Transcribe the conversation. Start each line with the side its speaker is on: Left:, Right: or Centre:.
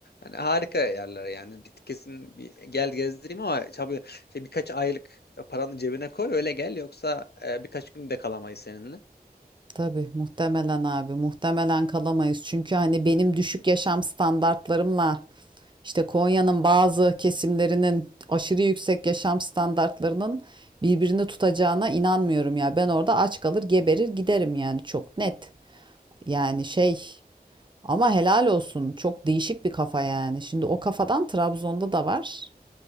Left: Yani harika yerler yani. Bir, kesin bir gel gezdireyim ama tabii şey birkaç aylık paranı cebine koy öyle gel yoksa e, birkaç gün de kalamayız seninle.
Right: Tabii muhtemelen abi muhtemelen kalamayız. Çünkü hani benim düşük yaşam standartlarımla İşte Konya'nın bazı kesimlerinin aşırı yüksek yaşam standartlarının birbirini tutacağına inanmıyorum ya. Ben orada aç kalır, geberir, giderim yani çok net. Yani şey ama helal olsun çok değişik bir kafa yani. Şimdi o kafadan Trabzon'da da var.